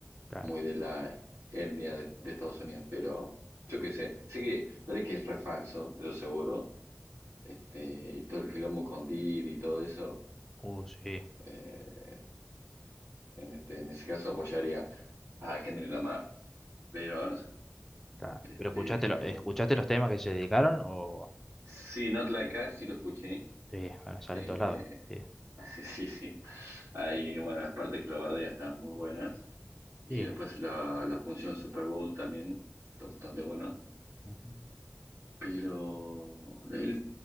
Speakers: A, in the centre; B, on the right.
A: Claro.
B: muy de la etnia de, de Estados Unidos, pero yo qué sé, sé que Drake es re falso, eso seguro, este, y todo el quilombo con Diddy y todo eso.
A: Uh, sí,
B: Eh, en este, en ese caso apoyaría a Kendrick Lamar. Pero no sé.
A: claro.
B: Este,
A: ¿Pero escuchaste, lo- escuchaste los temas que se dedicaron? O...
B: sí, Not Like Us sí lo escuché.
A: Sí, bueno,
B: Este,
A: salen todos lados. Sí.
B: <laughs> sí, sí, sí. Ahí, bueno, las partes que lo bardea están muy buenas. Y
A: Sí.
B: después la, la función Super Bowl también está bastante buena.
A: Ujú.
B: Pero el-